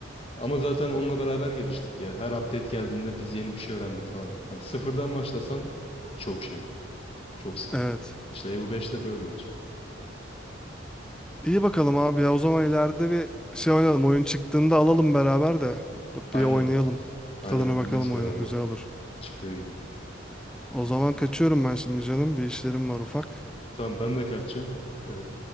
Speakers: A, on the left; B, in the centre.
A: Ama zaten onunla beraber geliştik ya. Her update geldiğinde biz yeni bir şey öğrendik falan. Hani sıfırdan başlasan çok şey, çok sıkıntı.
B: Evet.
A: İşte EU Beş de böyle olacak.
B: İyi bakalım abi ya o zaman ileride bir şey oynayalım. Oyun çıktığında alalım beraber de
A: Aynen,
B: bir oynayalım.
A: aynen
B: Bir tadına
A: oynarız
B: bakalım
A: beraber.
B: oyunun güzel olur.
A: Çıktığı gibi.
B: O zaman kaçıyorum ben şimdi canım. Bir işlerim var ufak.
A: Tamam ben de kaçacağım. Ee,